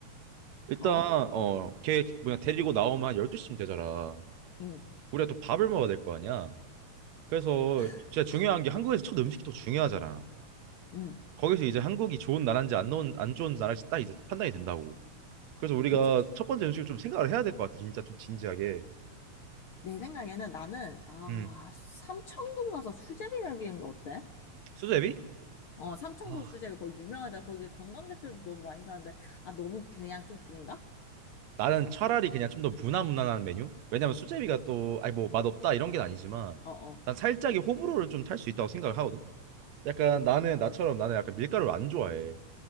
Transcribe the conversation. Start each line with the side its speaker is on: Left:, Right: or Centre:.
Right: 일단,
Left: 어?
Right: 어, 걔 뭐냐, 데리고 나오면 한 12시쯤 되잖아.
Left: 응,
Right: 우리가 또 밥을 먹어야 될 거 아니야? 그래서
Left: 그치.
Right: 진짜 중요한 게 한국에서 첫 음식이 또 중요하잖아.
Left: 응,
Right: 거기서 이제 한국이 좋은 나라인지 안, 좋은- 안 좋은 나라인지 딱 이제 판단이 된다고. 그래서 우리가
Left: 그치.
Right: 첫 번째 음식을 좀 생각을 해야 될 것 같아. 진짜 좀 진지하게.
Left: 내 생각에는 나는 아
Right: 음.
Left: 삼청동 가서 수제비 먹이는 거 어때?
Right: 수제비?
Left: 어 삼청동
Right: 와.
Left: 수제비 거기 유명하잖아 거기 관광객들도 너무 많이 가는데 아 너무 그냥 좀 그런가?
Right: 나는 차라리 그냥 좀 더 무난무난한 메뉴? 왜냐면 수제비가 또 아니 뭐 맛없다 이런 게 아니지만
Left: 응어어
Right: 난 살짝의 호불호를 좀 탈 수 있다고 생각을 하거든. 약간 나는 나처럼 나는 약간 밀가루를 안 좋아해.